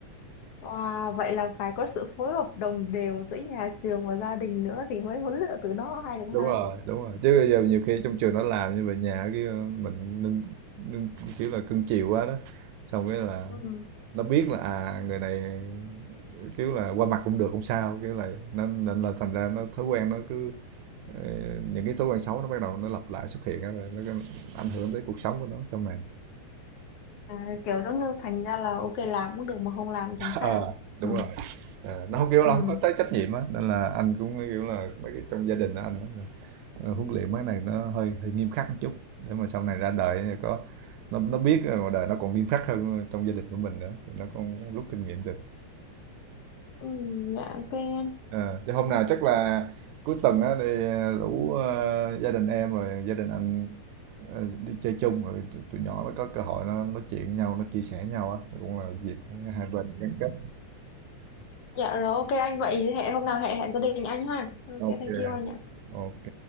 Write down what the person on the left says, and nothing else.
wow vậy là phải có sự phối hợp đồng đều giữa nhà trường và gia đình nữa thì mới huấn luyện từ nó hay được
ha
ừ.
à, kiểu giống như thành ra là ok làm cũng được mà không làm
chẳng sao
ừ.
Ừ.
Ừ, dạ ok anh.
dạ rồi ok anh vậy hẹn hôm nào hẹn hẹn gia đình anh ha ok
thank you anh ạ